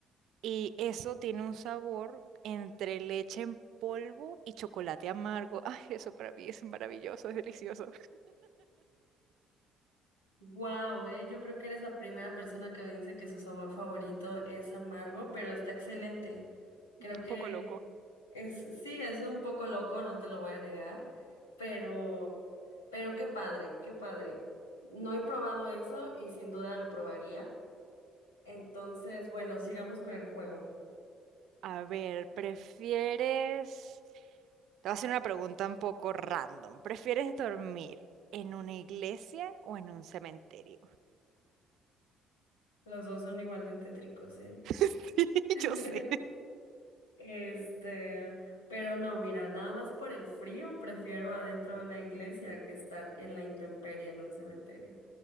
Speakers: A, on the right (about 65°); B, on the left (about 85°).
A: Y eso tiene un sabor entre leche en polvo y chocolate amargo. <laughs> Ay, eso para mí es maravilloso, es delicioso,
B: Wow, eh, yo creo que eres la primera persona que me dice que su sabor favorito es amargo, pero está excelente. Creo
A: <laughs>
B: que
A: un poco loco.
B: es, sí, es un poco loco, no te lo voy a negar, pero, pero qué padre, qué padre. No he probado eso y sin duda lo probaría. Entonces, bueno, sigamos con el juego.
A: A ver, ¿prefieres... Te voy a hacer una pregunta un poco random. ¿Prefieres dormir en una iglesia o en un cementerio?
B: Los dos son igual de tétricos, ¿eh?
A: <laughs>
B: <laughs>
A: Yo sé.
B: Este, pero no, mira, nada más por el frío prefiero adentro de una iglesia que estar en la intemperie en un cementerio.